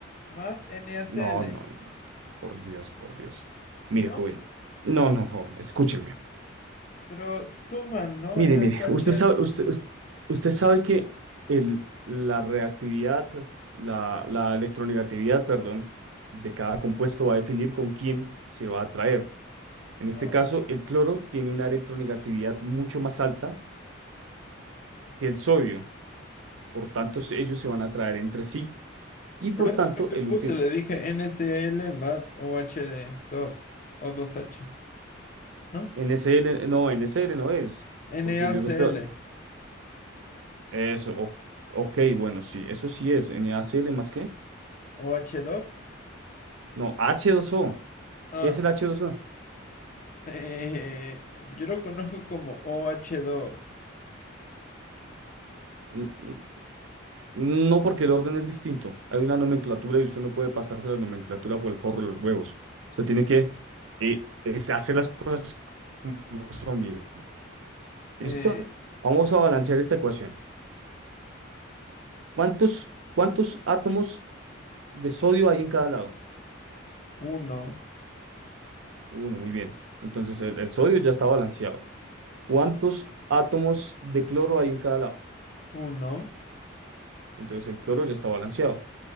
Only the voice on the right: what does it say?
No, no, por Dios, por Dios. Mire,
joven. No, no, joven, escúcheme.
Mire,
mire,
usted sabe,
usted, us- usted sabe que el, la reactividad, la, la electronegatividad, perdón, de cada compuesto va a definir con quién se va a atraer. En este
caso, el cloro tiene una electronegatividad mucho más alta que el sodio. Por tanto, se- ellos se van a atraer entre sí Y por
tanto,
el
último,
NSL, no, NSL no es, porque
yo no estoy, eso, o- ok, bueno, sí, eso sí es, NACL más qué,
no, H2O,
¿qué es el H2O?
N- n- No, porque el orden es distinto, hay una nomenclatura y usted no puede pasarse la nomenclatura por el forro de los huevos, usted tiene que eh, es hacer las cosas como son, viejo.
¿Listo? Vamos a balancear esta ecuación. ¿Cuántos, cuántos átomos de sodio hay en cada lado?
Uno, muy bien. Entonces el, el sodio ya está balanceado. ¿Cuántos átomos de cloro hay en cada lado?
Entonces el cloro ya está balanceado.